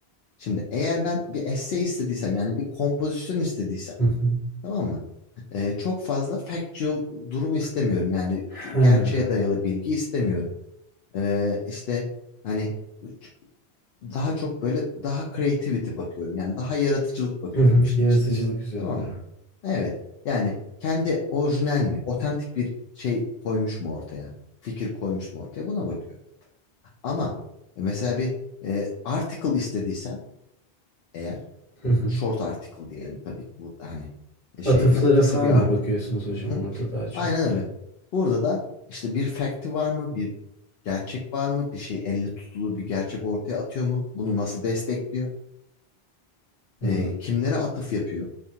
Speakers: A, on the left; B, on the left.
A: Şimdi eğer ben bir essay istediysem yani bir kompozisyon istediysem
B: <laughs>
A: tamam mı? Ee, çok fazla factual durum istemiyorum. Yani
B: Ha.
A: t- gerçeğe dayalı bilgi istemiyorum. Ee, işte hani ç- daha çok böyle daha creativity bakıyorum. Yani daha yaratıcılık bakıyorum
B: Hı hı.
A: işin
B: Yaratıcılık
A: içinde.
B: üzerinde.
A: Tamam mı? Evet. Yani kendi orijinal mi? Otantik bir şey koymuş mu ortaya? Fikir koymuş mu ortaya? Buna bakıyorum. Ama mesela bir e, article istediysem eğer
B: Hı hı.
A: Short article diyelim tabii ki burada hani e, şey
B: Atıflara
A: değil kısa
B: falan
A: bir
B: mı
A: article.
B: bakıyorsunuz hocam
A: Hı hı.
B: orada daha çok?
A: Aynen öyle. Burada da işte bir fact'i var mı? Bir gerçek var mı? Bir şey elle tutulur bir gerçek ortaya atıyor mu? Bunu nasıl destekliyor?
B: Hı.
A: Ee, kimlere atıf yapıyor?